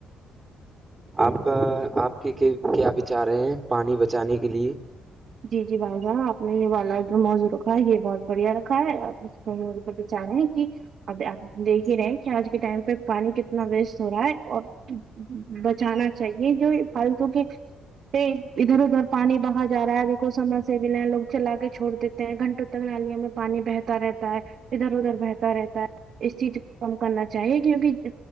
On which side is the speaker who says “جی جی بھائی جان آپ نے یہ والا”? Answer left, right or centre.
Right